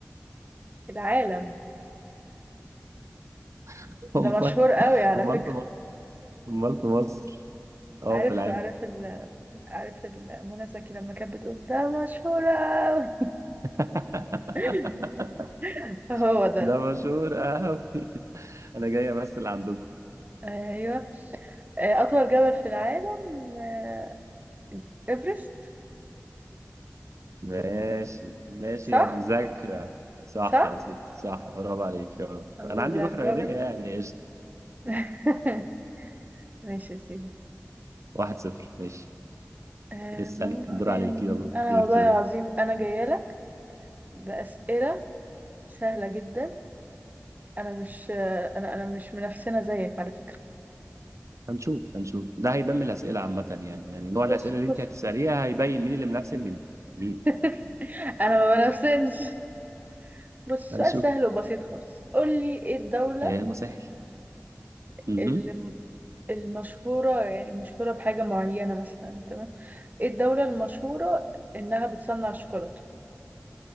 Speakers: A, on the right; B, on the right.
A: العالم
B: <laughs>
A: ده
B: امال
A: مشهور قوي على
B: امال
A: فكرة
B: في مصر امال في مصر اه
A: عارف
B: في العالم
A: عارف ال عارف ال- منى زكي لما كانت بتقول ده مشهور قوي
B: <laughs>
A: <laughs> هو ده
B: ده مشهور قوي انا جاي امثل عندكم
A: ايوه آه، أطول جبل في العالم آه، إيفرست
B: ماشي ماشي
A: صح
B: يا مذاكرة صح
A: صح
B: يا ستي صح برافو عليك يا رب
A: الحمد
B: أنا
A: لله
B: عندي روح
A: برافو
B: رياضية يعني قشطة
A: <laughs> ماشي يا سيدي
B: واحد صفر ماشي
A: آه،
B: اسألي
A: ممكن
B: الدور عليك يلا
A: أنا
B: يور
A: والله
B: تورن
A: العظيم أنا جاية لك بأسئلة سهلة جدا أنا مش آه، أنا أنا مش منافسنا زيك على فكرة
B: هنشوف هنشوف ده هيبان من الأسئلة عامة يعني يعني نوع
A: بص
B: الأسئلة اللي
A: بص
B: أنت هتسأليها هيبين مين اللي منافسن بمين
A: <laughs> أنا ما بنافسنش بص
B: هنشوف
A: سؤال سهل وبسيط خالص قولي إيه الدولة
B: يا ما سهل مهم.
A: الم- المشهورة يعني مشهورة بحاجة معينة مثلا تمام ايه الدولة المشهورة انها بتصنع الشوكولاتة